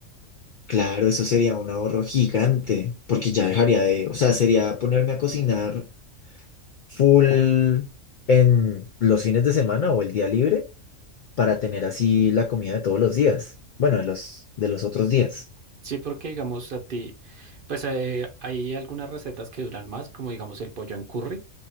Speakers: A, on the left; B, on the right.
A: claro, eso sería un ahorro gigante, porque ya dejaría de, o sea, sería ponerme a cocinar full en los fines de semana o el día libre para tener así la comida de todos los días. Bueno, de los, de los otros días.
B: Sí, porque digamos a ti, pues eh, hay algunas recetas que duran más, como digamos el pollo en curry